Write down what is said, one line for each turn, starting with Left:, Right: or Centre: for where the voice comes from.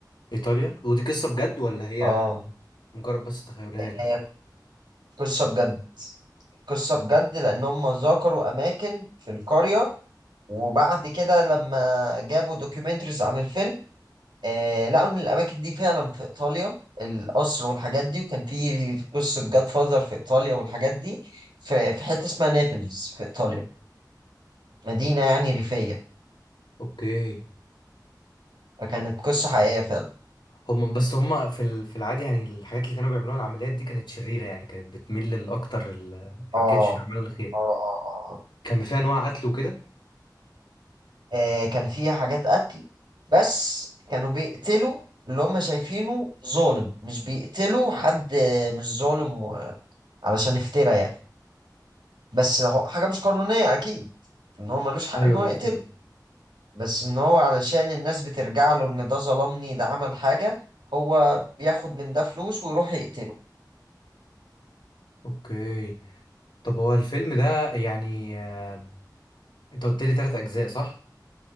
Left: ايطاليا ودي قصة بجد ولا هي
Right: اه
Left: مجرد بس تخيلية
Right: آه،
Left: كده
Right: قصه بجد قصة بجد لأن هم ذكروا أماكن في القرية وبعد كده لما جابوا دوكيومنتريز عن الفيلم آه لقوا إن الأماكن دي فعلا في إيطاليا القصر والحاجات دي وكان في قصة جاد فاذر في إيطاليا والحاجات دي في في حتة اسمها نابلز في إيطاليا مدينة
Left: أو-
Right: يعني ريفية
Left: اوكي
Right: فكانت قصة حقيقية فعلا
Left: هم بس هم في ال- في العادي يعني الحاجات اللي كانوا بيعملوها العمليات دي كانت شريرة يعني كانت بتميل للاكتر ال- يعني
Right: آه
Left: ما كانتش اعمال الخير
Right: آه آه آه
Left: كان فيها انواع قتل وكده
Right: آه، كان فيها حاجات قتل بس كانوا بيقتلوا اللي هم شايفينه ظالم مش بيقتلوا حد مش ظالم علشان يفترى يعني بس هو حاجة مش قانونية أكيد إن هو ملوش حق
Left: ايوه
Right: إن هو
Left: ايوه
Right: يقتله
Left: فاهم
Right: بس إن هو علشان الناس بترجع له إن ده ظلمني ده عمل حاجة هو بياخد من ده فلوس ويروح يقتله
Left: اوكي طب هو الفيلم ده يعني آه، انت قلت لي تلات اجزاء صح